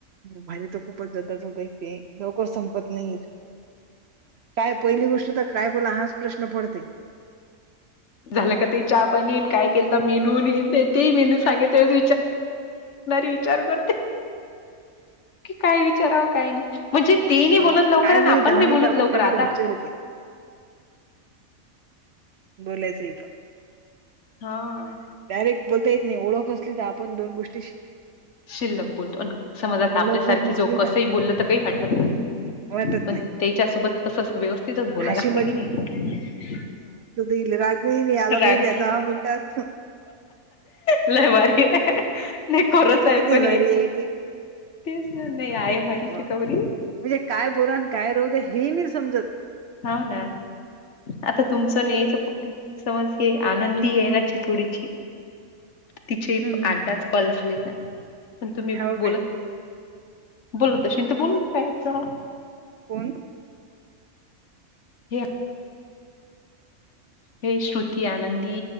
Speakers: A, on the right; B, on the left.
A: बाहेर तर खूपच जातात का <unintelligible> ते लवकर संपत नाहीत. काय पहिली गोष्ट तर काय बोला हाच प्रश्न पडतय.
B: झालं का ताई चहा पाणी अन् काय केलता मेनू अन् हे अन् ते तेच विचार <unintelligible> तरी विचार करते की काय विचारावं काही नाही. म्हणजे ते नाही
A: अ,
B: बोलत लवकर
A: काय
B: आणि
A: म्हणजे
B: आपण नाही
A: मिनिटं
B: बोलत
A: आपण
B: लवकर.
A: काय बोला
B: आता
A: विचार येते बोलायचंय पण
B: हां
A: डायरेक्ट बोलता येत नाही ओळखली तर आपण दोन गोष्ट
B: शिल्लक बोलतो. समज आता
A: ओळख
B: आपल्यासारखी
A: जर नसली
B: जो कसही
A: ना
B: बोलल तर काही वाटत नाही.
A: वाटत
B: पण
A: नाही.
B: त्याच्या सोबत कसं व्यवस्थितच बोलाव
A: हशी
B: लागते कि नाही.
A: ल राग नाही आला पाहिजे
B: राग
A: त्या दहा मिनिटांत.
B: लय भारी आहे नाही खरंच आहे
A: किती
B: पण
A: भारीय
B: हे
A: ती.
B: तेच ना नाही आहे भारी
A: म्हणजे
B: चिकवरी
A: काय बोला आणि काय राहू द्या हे मी समजत
B: हो ना आता तुमचं
A: हम्म
B: न यायचं. समज हे आनंदी आहे ना चितोडीची. तिचे
A: हम्म
B: अड्डाच पल झाले ना पण तुम्ही
A: हो
B: बोलत
A: काय
B: बोल तशी तर बोलून जायचं.
A: कोण
B: या ते श्रुती, आनंदी